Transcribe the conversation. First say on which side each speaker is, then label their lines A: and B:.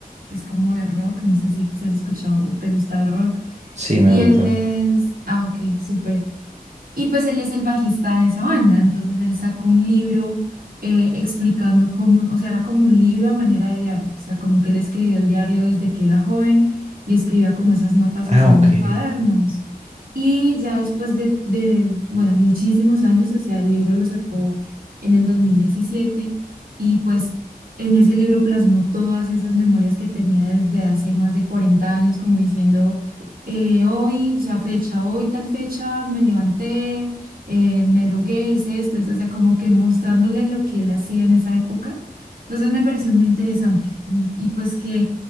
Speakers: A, on the right; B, on the right.
A: es como de rock, no sé si, si has escuchado, o te gusta el rock.
B: sí, me
A: Y
B: gusta.
A: él es, ah, ok, súper. Y pues él es el bajista de esa banda, entonces él sacó un libro eh, explicando cómo, o sea, era como un libro a manera de diario, o sea, como que él escribió el diario desde que era joven y escribía como esas notas
B: Ah,
A: así
B: ok.
A: en cuadernos. Y ya después de, de, bueno, muchísimos años, o sea, el libro lo sacó en el 2017 y pues en ese libro plasmó todas esas memorias que tenía desde hace más de 40 años, como diciendo eh, hoy, o sea, fecha, hoy tal fecha me levanté, eh, me drogué, hice esto, eso, o sea, como que mostrándole lo que él hacía en esa época. Entonces me pareció muy interesante mm, y pues que